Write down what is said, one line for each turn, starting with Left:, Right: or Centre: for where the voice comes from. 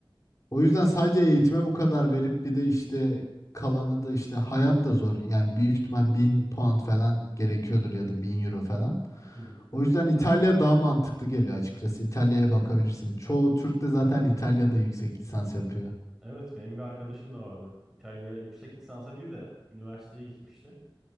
Left: O yüzden sadece eğitime bu kadar verip bir de işte kalanı da işte hayat da zor. Yani büyük ihtimal 1000 pound falan gerekiyordur ya da 1000 euro falan.
Centre: hı.
Left: O yüzden İtalya daha mantıklı geliyor açıkçası. İtalya'ya bakabilirsin. Çoğu Türk de zaten İtalya'da yüksek lisans yapıyor.
Centre: Evet benim bir arkadaşım da vardı. İtalya yüksek lisansa değil de üniversiteye gitmişti.